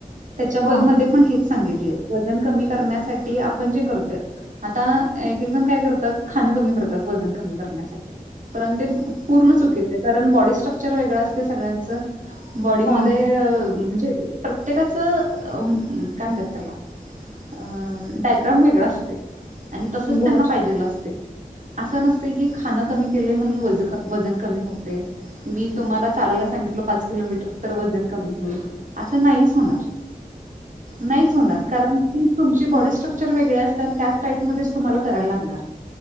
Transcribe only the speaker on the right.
त्याच्या
मध्ये पण हेच. सांगितले वजन कमी करण्यासाठी आपण जे करतोय आता एक एक जण काय करतात खाणं कमी करतात वजन कमी करण्यासाठी परण ते पूर्ण चुकीचे आहे कारण बॉडी स्ट्रक्चर वेगळं असत सगळ्यांचं बॉडीमध्ये
म्हणजे प्रत्येकाचं काय म्हणतात त्याला अ डायग्राम वेगळा असते. आणि तसच
त्यांना पाहिजेल असते. असं नसत की खाणं कमी केलंय म्हणून वजन कमी होते. मी तुम्हाला चालायला सांगितलो पाच किलोमीटर तर वजन कमी होईल. आस नाहीच होणार नाहीच होणार कारण कि तुमची बाॅडी स्ट्रक्चर वेगळे असणार त्याच टाईप मध्ये तुम्हाला करायला लागणार.